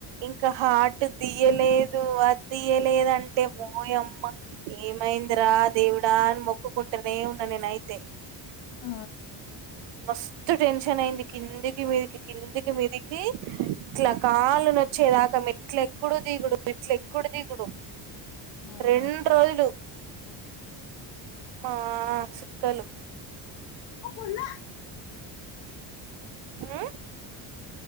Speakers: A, on the right; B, on the left.
A: ఇంకా హాట్ ది లేదు అదియలేదంటే ఓయమ్మ ఏమైందిరా దేవుడాని మొక్కుకుంటనే ఉన్న నేను అయితే
B: ఆ
A: మస్తు టెన్షన్ అయింది. కిందికి మీదికి కిందికి మీదికి క్ల కాలు నొచ్చేదాక మెట్లు ఎక్కుడు దిగుడు మెట్ల ఎక్కుడు దిగుడు
B: ఆహా
A: రెండు రోజులు మా చుక్కలు
B: ఓపొల్లా
A: ఆహ్